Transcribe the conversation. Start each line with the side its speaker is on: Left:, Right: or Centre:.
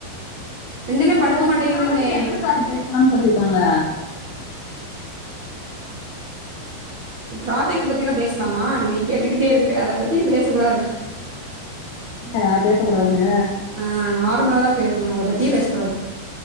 Right: ரெண்டுமே
Left: சேரி
Right: படுக்க
Left: ஒரு
Right: மாட்டேங்குதுன்னே
Left: ஒரு ஆளுகிட்ட எத்தன காலு பேசலாம்னு சொல்லிருக்காங்க
Right: இப் பிராஜெக்ட் பத்திலா பேசலாமா நீ கேட்டுக்கிட்டே இருக்க அத பத்தி பேசக் கூடாது
Left: நா பேச கூடாதுன்னு
Right: ஆ நார்மலாதா பேசுவோ அத பத் தியே பேசக் கூடாது